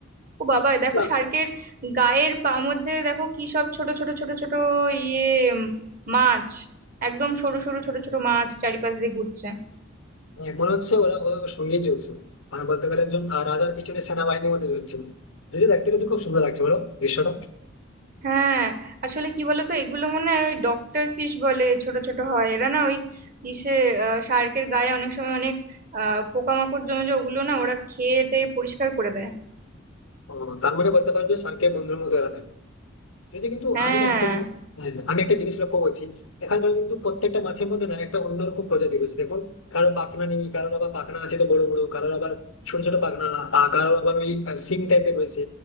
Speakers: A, on the right (about 45°); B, on the left (about 85°).
A: ও বাবা এ দেখো
B: বা,
A: শার্কের গায়ের পা মধ্যে দেখো কি সব ছোট ছোট ছোট ছোট ইয়ে উম, মাছ একদম সরু সরু ছোট ছোট মাছ চারিপাশ দিয়ে ঘুরছে
B: আহ, মনে হচ্ছে ওরা ওর সঙ্গেই চলছে মানে বলতে গেলে একজন আহ, রাজার পিছনে সেনাবাহিনীর মধ্যে চলছে যদি দেখতে কিন্তু খুব সুন্দর লাগছে বলো দৃশ্যটা
A: হ্যাঁ আসলে কি বলতো এগুলো মনে হয় ওই ডক্টর ফিশ বলে ছোট ছোট হয় এরা না ওই ইসে শার্কের গায়ে অনেক সময় অনেক আহ পোকামাকড় জমে যায় ওগুলো না ওরা খেয়ে টেয়ে পরিষ্কার করে দেয়
B: আহ, তার মানে বলতে পারো যে শার্কের বন্ধুর মতো এরা থাকে যদি কিন্তু
A: হ্যাঁ
B: আমি না একটা জিনিস হ্যাঁ, আমি একটা জিনিস লক্ষ্য করছি এখানকার কিন্তু প্রত্যেকটা মাছের মধ্যে না একটা অন্যরকম প্রজাতি রয়েছে দেখো কারো পাখনা নেই কারোর আবার পাখনা আছে তো বড় বড় কারোর আবার ছোট ছোট পাখনা আহ, কারোর আবার ওই সিং টাইপের রয়েছে